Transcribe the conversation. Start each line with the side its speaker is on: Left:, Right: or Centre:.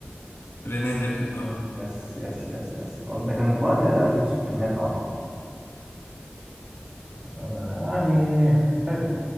Left: رينيه ديكارت آه.
Right: يس يس يس يس خلاص ده كان وقت 1600 اعتقد آه، يعني حلو